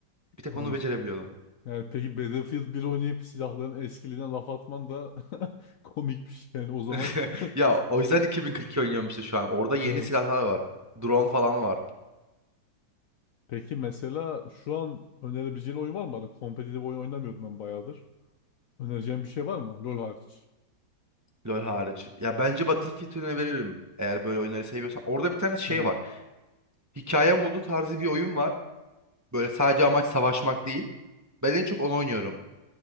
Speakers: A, on the right; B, on the left.
A: Bir tek
B: Abi.
A: onu becerebiliyordum.
B: Yani peki Battlefield 1 oynayıp silahların eskiliğine laf atman da <laughs> komik bir şey. Yani o zaman.
A: <laughs>
B: <laughs>
A: Ya o yüzden 2042 oynuyorum işte şu an. Orada yeni
B: Ha.
A: silahlar var. Drone falan var.
B: Peki mesela şu an önerebileceğin oyun var mı bana? Kompetitif oyun oynamıyordum ben bayağıdır. Önereceğin bir şey var mı? LoL hariç.
A: LoL hariç. Ya bence Battlefield önerebilirim. Eğer böyle oyunları seviyorsan. Orada bir tane şey
B: Hmm.
A: var. Hikaye modu tarzı bir oyun var. Böyle sadece amaç savaşmak değil. Ben en çok onu oynuyorum.